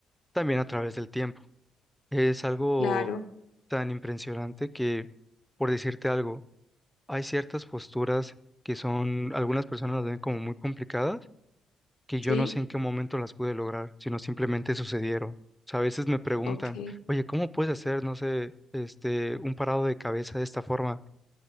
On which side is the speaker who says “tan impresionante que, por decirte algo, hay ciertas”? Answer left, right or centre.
Centre